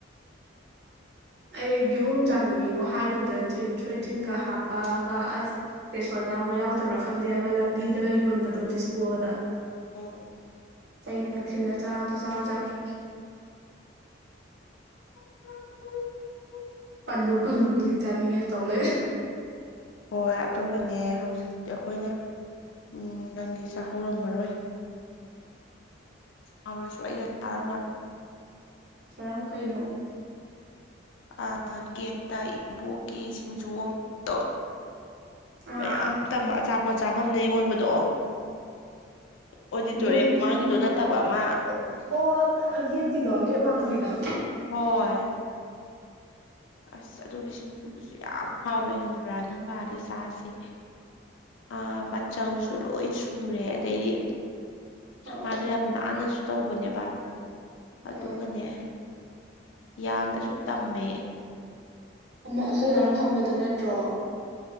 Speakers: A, on the right; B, on the left.
A: ꯑꯩ ꯤꯍꯣꯝ ꯆꯥꯅꯤꯡꯉꯤꯉꯣ ꯍꯥꯏꯒꯨꯝꯗ ꯊꯣꯏꯗꯟꯒ ꯍꯥꯞꯄꯒ ꯑꯁ ꯏꯁꯇꯦꯁꯣꯟ ꯌꯥꯎꯕ꯭ꯔꯥ ꯌꯥꯎꯗꯕ꯭ꯔꯥ ꯈꯪꯗꯦ ꯑꯃ ꯂꯝꯕꯤꯗꯒ ꯌꯣꯟꯕꯗꯣ ꯗꯤꯁꯄꯣꯗ
B: ꯎꯝ
A: ꯆꯩꯅꯕ ꯊꯤꯜꯂ ꯆꯥꯕꯗ ꯆ ꯆꯥꯅꯩ
B: ꯑꯣꯝ ꯑꯣ ꯑꯣ
A: ꯄꯜꯂꯨ ꯄꯜꯂꯨ ꯈꯨꯗꯤꯡ ꯆꯥꯅꯤꯡꯉꯦ ꯇꯧꯂꯛꯦ
B: ꯍꯣꯏ ꯑꯗꯨꯒꯅꯦ ꯍꯧꯖꯤꯛꯇꯤ ꯑꯩꯈꯣꯏꯅ ꯎꯝ ꯅꯪꯗꯤ ꯆꯥꯛꯍꯧꯔꯝꯃꯔꯣꯏ ꯆꯥꯎꯔꯁꯨ ꯑꯩꯒ ꯆꯥꯔꯝꯃꯔꯣꯏ
A: ꯀꯔꯝ ꯀꯩꯅꯣ
B: ꯑ ꯒꯦꯠꯇ ꯏꯕꯣꯛꯀꯤ ꯁꯤꯡꯖꯨ ꯑꯃꯗꯣ
A: ꯑꯥ
B: ꯃꯌꯥꯝ
A: ꯑꯥ
B: ꯇꯝꯕ ꯑꯆꯥꯄꯣꯠꯆꯥꯥꯐꯝ ꯑꯅ ꯌꯣꯟꯕꯗꯣ ꯑꯣꯗꯤꯇꯣꯔꯤꯌꯝ
A: ꯏꯕꯣꯛꯀꯤ
B: ꯃꯃꯥꯡꯒꯤꯗꯣ
A: ꯁꯤꯡꯖꯨ
B: ꯅꯠꯇꯕ
A: ꯑꯣ
B: ꯑꯃ
A: ꯑꯣ ꯦꯠꯗꯣꯒꯦꯠ ꯋꯥꯡꯃꯩꯗ
B: ꯍꯣꯏ ꯑꯁ ꯑꯗꯨꯒꯤ ꯁꯤꯡꯖꯨꯗꯨꯁꯨ ꯌꯥꯝ ꯍꯥꯎꯋꯦ ꯍꯪꯕ꯭ꯔꯥ ꯅꯪ ꯂꯥꯛꯑꯗꯤꯦ ꯆꯥꯁꯦ ꯑ ꯃꯆꯜꯁꯨ ꯂꯣꯏ ꯁꯨꯔꯦ ꯑꯗꯩꯗꯤ
A: ꯑꯣ
B: ꯃꯥꯗꯣ ꯌꯥꯝ ꯅꯥꯟꯅꯁꯨ ꯇꯧꯕꯅꯦꯕ
A: ꯑꯣ
B: ꯑꯗꯨꯒꯅꯦ ꯌꯥꯝꯅꯁꯨ ꯇꯝꯃꯦ
A: ꯑꯃꯛ ꯑꯍꯜ
B: ꯑꯗꯨꯒ
A: ꯂꯪ ꯐꯝꯕꯗꯣ ꯅꯠꯇ꯭ꯔꯣ